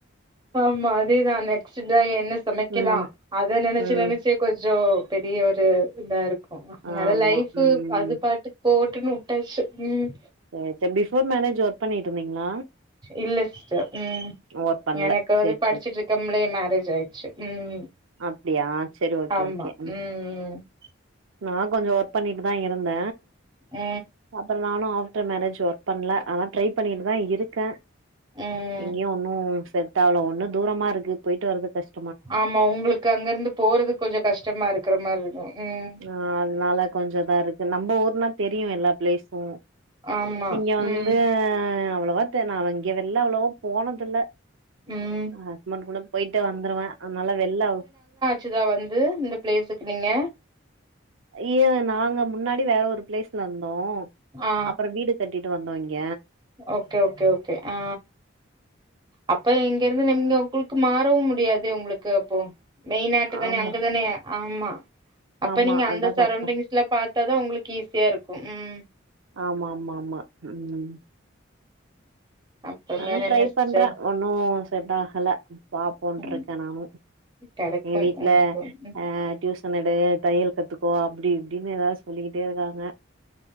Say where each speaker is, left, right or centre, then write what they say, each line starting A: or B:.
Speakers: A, on the right; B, on the right.
A: ஆமா அதேதா நெக்ஸ்டு தா என்ன சம க்கெலா
B: ம்
A: அத நனச்சு
B: ம்
A: நனச்சே கொஞ்சோ பெரிய ஒரு இதா இரு நல்ல
B: ஆமா
A: லைஃப்பு
B: ம்
A: அது பாட்டுக்கு போவட்டுன்னு வுட்டாச்சு ம்
B: சேர் சேரி பிஃபோர் மேரேஜு வர்க் பண்ணிட்டு இருந்தீங்களா
A: இல்ல சிஸ்டர் ம்
B: ஒர்க் பண்ல
A: எனக்காது
B: சேரி
A: படிச்சிட்டு
B: சேரி
A: இருக்கம்பளே மேரேஜ் ஆய்ருச்சு ம்
B: அப்டியா
A: ஆமா
B: சேரி ஓகே
A: ம்
B: ஓகே
A: ம்
B: நா கொஞ்சோ ஒர்க் பண்ணிட்டு தா இருந்த
A: ம்
B: அப்பறோ நானு ஆ ஆஃப்டர் மேரேஜ் வர்க் பண்ல ஆனா ட்ரை பண்ணிட்டு தா இருக்கே
A: ம் ம்
B: எங்கயு ஒன்னு செட் டாவுல ஒன்னு தூரமா இருக்கு போய்ட்டு வரதுக்கஷ்
A: ஆமா உங்களுக்கு அங்க இருந்து போறது கொஞ்சோ கஷ்டமா இருக்கற மாரி இருக்கு ம்
B: ஆ அத்னால கொஞ்சோ இதா இருக்கு நம்ம ஊர்னா தெரியு எல்லா ப்ளேஸூ
A: ஆமா.
B: இங்க வந்து
A: ம்.
B: அவ்ளொவா தெர் நா இங்க வெள்ல அவ்ளொவோ போனதில்ல
A: ம்.
B: ஹஸ்பண்ட் கூட போய்ட்டே வந்துருவ அத்னால வெள்ல அவ்
A: ஷிரா வந்து இந்த ப்ளேஸுக்கு நீங்க
B: அய்ய நாங்க முன்னாடி வேற ஒரு ப்ளேஸ்ல இருந்தோ
A: ஆ.
B: அப்பறொ வீடு கட்டிட்டு வந்தோ இங்க
A: ஓகே ஓகே ஓகே ஆ அப்ப இங்க இருந்து நிம்க உங்களுக்கு மாறவு முடியாது உங்களுக்கு அப்போ மெய்ன் ஆட்டு தானே
B: ஆமா
A: அங்கதானே ஆமா அப்ப
B: ஆமா
A: நீங்க அந்த
B: அதா
A: சரௌண்டிங்ஸ்
B: கஷ்டோ
A: ல்ல பாத்தாதா உங்களுக்கு ஈஸியா இருக்கு ம்
B: ஆமா ஆமா ஆமா ம்
A: அப்றம்
B: ஆனா
A: வேற
B: ட்ரை
A: என்ன சிஸ்டர்
B: பண்றே ஒன்னு செட் ஆகல பாப்போ போண்ருக்கே
A: ம்.
B: நானு
A: கெடைக்கும்
B: ஏ வீட்ல
A: உங்களுக்கு.
B: அ டியூசன் எடு தையல் கத்துக்கோ அப்பிடி இப்பிடின்னு எதாவது சொல்லிக்கிட்டே இருக்காங்க